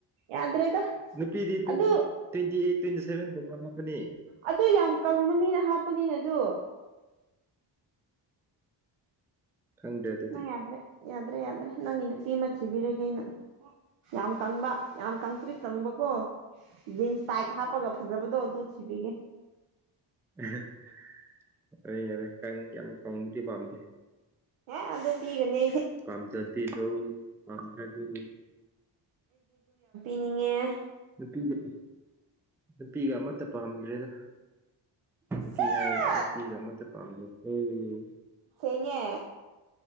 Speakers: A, on the right (about 70°); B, in the centre.
A: ꯌꯥꯗ꯭ꯔꯦꯗ
B: ꯅꯨꯄꯤꯗꯤ ꯇ꯭ꯋꯦꯟꯇꯤ
A: ꯑꯗꯨ
B: ꯇ꯭ꯋꯦꯟꯇꯤ ꯑꯩꯠ ꯇ꯭ꯋꯦꯟꯇꯤ ꯁꯚꯦꯟꯒꯨꯝꯕ ꯍꯥꯞꯀꯅꯤ
A: ꯑꯗꯨ ꯌꯥꯝ ꯀꯪꯕ ꯃꯤꯅ ꯍꯥꯞꯄꯅꯤꯅ ꯗꯨ
B: ꯈꯪꯗꯦ ꯑꯗꯨꯗꯤ
A: ꯅꯪ ꯌꯥꯗ꯭ꯔꯦ ꯌꯥꯗ꯭ꯔꯦ ꯌꯥꯗ꯭ꯔꯦ ꯅꯪꯒꯤ ꯅꯨꯄꯤ ꯑꯃ ꯊꯤꯕꯤꯔꯒꯦ ꯑꯩꯅ ꯌꯥꯝ ꯀꯪꯕ ꯌꯥꯝ ꯀꯪꯇ꯭ꯔꯤ ꯀꯪꯕꯀꯣ ꯖꯤꯟꯁ ꯇꯥꯏꯠ ꯍꯥꯞꯄꯒ ꯐꯖꯕꯗꯣ ꯑꯗꯨ ꯊꯤꯕꯤꯒꯦ
B: <unintelligible> ꯍꯣꯏ ꯌꯥꯔꯦ ꯀꯪ ꯌꯥꯝ ꯀꯪꯕꯗꯤ ꯄꯥꯝꯗꯦ
A: ꯑꯦ ꯑꯗꯨ ꯄꯤꯒꯅꯤ
B: ꯄꯥꯝꯖꯗꯦꯗꯣ ꯄꯥꯝꯖꯗꯦ
A: ꯅꯤꯡꯉꯦ
B: ꯅꯨꯄꯤꯒ ꯅꯨꯄꯤꯒ ꯑꯃꯇ ꯄꯥꯝꯗ꯭ꯔꯦꯗ ꯅꯨꯄꯤ
A: ꯁꯦꯁ
B: ꯍꯥꯏ ꯅꯨꯄꯤꯒ ꯑꯃꯇ ꯄꯥꯝꯗꯦ ꯎꯪ
A: ꯁꯦꯡꯉꯦ